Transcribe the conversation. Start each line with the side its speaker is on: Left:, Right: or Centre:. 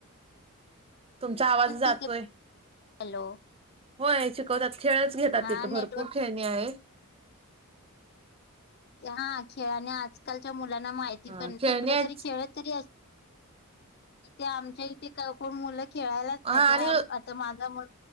Right: तुमचा आवाज
Left: पण
Right: जातोय.
Left: तिथे हॅलो.
Right: होय शिकवतात खेळच घेतात
Left: हा
Right: तिथे भरपूर
Left: नेटवर्क
Right: खेळणे आहे.
Left: हा खेळा आणि आजकालच्या मुलांना माहिती
Right: ह
Left: पण
Right: खेळणी
Left: तिकडे
Right: आहेत
Left: तरी खेळ इथे आमच्या इथेण मुलं खेळायलाच
Right: हा
Left: नाही.
Right: आणि
Left: माझा म